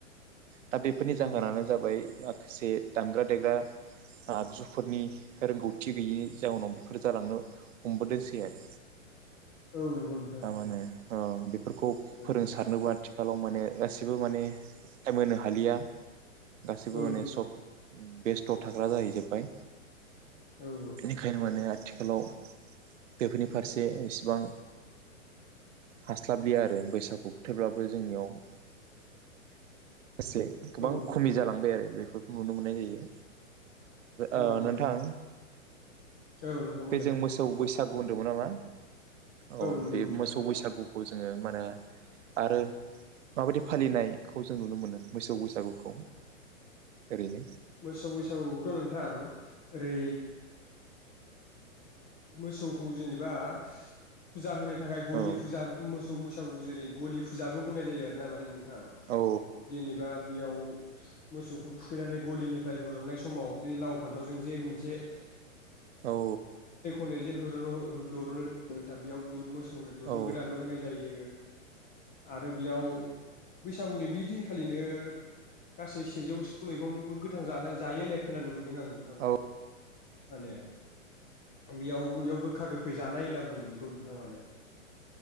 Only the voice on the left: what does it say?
नंगौ
नोंथां नंगौ
औ नंगौ नोंथां
नंगौ
औ
औ
औ
औ
औ नंगौ
औ नोंथां बुंलाय
नंगौ
नोंथां
मोसौ बैसागुखौथ' नोंथां ओरै। मोसौखौ जेनेबा फुजा होनो थाखाय गलि
फुजा मोसौ। मोसौ मैसागु जेरै गलि फुजाबो बुंनाय जायो आरो ना माने नोंथां
जेनेबा। बेयाव मोसौखौ थुखैनानै गलिनिफ्राय हननाय समाव बे लाव फान्थावजों जे मोनसे।
नै जे होरनो द'रनो नोंथां। बेयाव मोसौनो दुरुं
गोदानबो होनाय जायो। आरो बेयाव बैसागुनि बि दिनखालिनो। गासै सेजौसो मैगंबो गोथां जानाय जायो होननाय खोनानो मोनदों। दों आं नोंथां
माने। बेयाव बेयाव गोखा गोखै जानाय होनना बुङो बेखौ नोंथां माने।